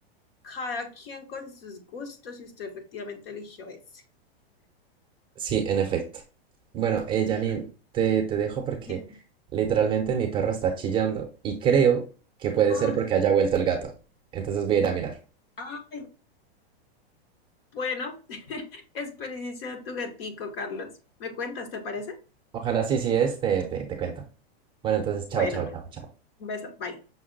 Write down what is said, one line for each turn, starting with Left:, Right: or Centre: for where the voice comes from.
Left: cada quien con sus gustos y usted efectivamente eligió ese.
Right: Sí, en efecto. Bueno,
Left: <laughs>
Right: eh, Janine,
Left: Ujú.
Right: te, te dejo porque
Left: Digo,
Right: literalmente mi perro está chillando y creo que puede
Left: Ay,
Right: ser porque haya vuelto el gato. Entonces voy a ir a mirar.
Left: ay, bueno, <laughs> experiencia tu gatico, Carlos. ¿Me cuentas, te parece?
Right: Ojalá sí, sí es, te, te, te cuento. Bueno, entonces, chao,
Left: Bueno.
Right: chao, chao, chao.
Left: Un beso, bye.